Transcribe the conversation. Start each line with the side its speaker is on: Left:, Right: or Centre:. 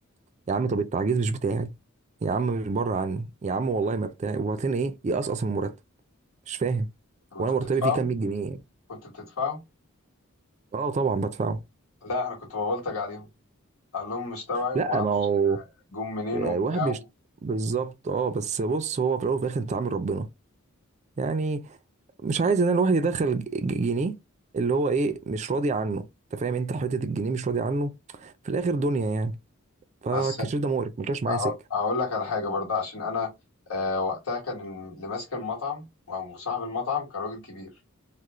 Right: يا عم طب التعجيز مش بتاعي يا عم مش بره عني يا عم والله ما بتاعي وبعدين ايه يقصقص من المرتب مش فاهم
Left: كنت
Right: وانا
Left: بتدفعوا
Right: مرتبي فيه كام 100 جنيه يعني.
Left: كنت بتدفعوا
Right: اه طبعا بدفعه
Left: لا انا كنت ببلطج عليهم قال لهم مش تبعي وما
Right: لا
Left: اعرفش
Right: ما هو
Left: جم منين
Right: آه،
Left: وبتاع
Right: واحد بيشت...
Left: و...
Right: بالظبط اه بس بص هو في الاول وفي الاخر انت عامل ربنا يعني مش عايز ان الواحد يدخل ج- ج- جنيه اللي هو ايه مش راضي عنه انت فاهم انت حته الجنيه مش راضي عنه في الاخر دنيا يعني فالكاشير
Left: بس
Right: ده مقرف ما كانش معايا
Left: هق-
Right: سكه
Left: هقول لك على حاجه برضه عشان انا آه وقتها كان اللي ماسك المطعم او صاحب المطعم كان راجل كبير